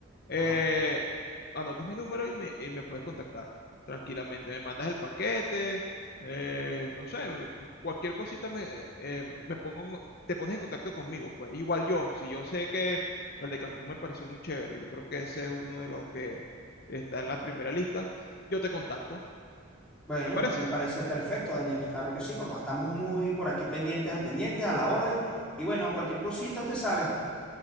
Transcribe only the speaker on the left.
eh,
anotas mi número y me, y me puedes contactar tranquilamente. Me mandas el paquete, eh, no sé, cualquier cosita me, eh, eh, me pongo, te pones en contacto conmigo. Pues igual yo, si yo sé que el de Cancún me pareció muy chévere, yo creo que ese es uno de los que está en la primera lista, yo te contacto.
¿Te parece?